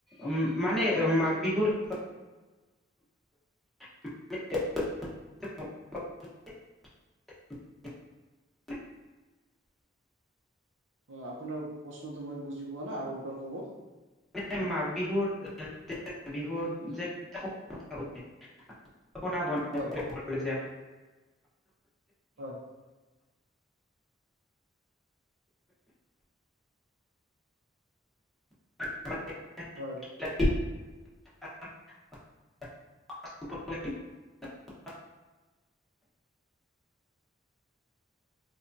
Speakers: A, in the centre; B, on the right.
A: উম মানে মাঘ বিহুৰ- <unintelligible> <unintelligible>
B: অঁ আপোনাৰ প্ৰশ্নটো মই বুজি পোৱা নাই আৰু একবাৰ ক'ব।
A: মানে মাঘ বিহুত <unintelligible> বিহুত যে <unintelligible> পিঠা পনা বন-
B: হয়
A: যে আপ-
B: হয়।
A: <unintelligible>
B: হয়।
A: <unintelligible>